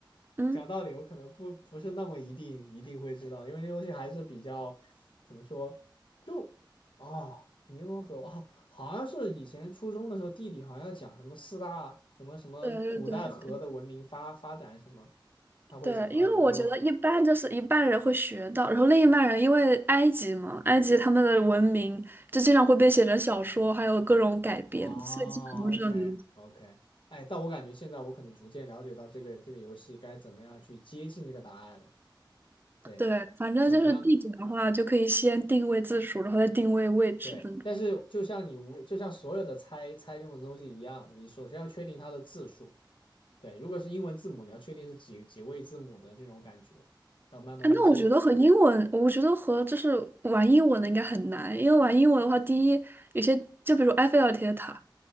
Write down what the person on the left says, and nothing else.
讲道理，我可能不不是那么一定一定会知道，因为这东西还是比较怎么说，就啊，尼罗河啊，好像是以前初中的时候，地理好像讲什么四大什么什么古代河的文明发发展什么，
他会讲到有尼罗河
啊，OK
OK，哎，但我感觉现在我可能逐渐了解到这个这个游戏该怎么样去接近这个答案了，对，
怎么样？
对，但是就像你无，就像所有的猜猜任何东西一样，你首先要确定它的字数。对，如果是英文字母，你要确定是几几位字母的这种感觉，要慢慢去接